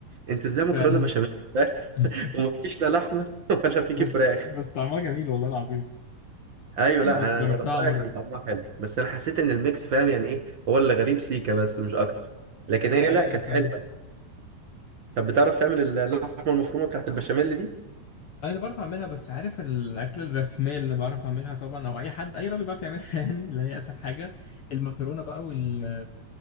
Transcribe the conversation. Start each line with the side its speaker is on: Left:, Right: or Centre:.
Right: انت ازاي مكرونه
Left: فعلا
Right: بشاميل
Left: <laughs>
Right: <laughs> وما فيكيش لا لحمه <laughs> ولا فيكي
Left: بس
Right: فراخ
Left: بس طعمها جميل والله العظيم
Right: ايوه لا
Left: جر-
Right: انا
Left: جربتها
Right: جربتها
Left: مرة
Right: كان طعمها حلو بس انا حسيت ان الميكس فاهم يعني ايه هو اللي غريب سيكا بس مش اكتر لكن هي
Left: حقيقي
Right: لا كانت حلوه يعني طب بتعرف تعمل اللحمه المفرومه بتاعت البشاميل دي
Left: انا اللي بعرف اعملها بس عارف الاكله الرسميه اللي بعرف اعملها طبعا او اي حد اي راجل بيعرف يعملها <laughs> يعني اللي هي اسهل حاجه المكرونه بقى وال...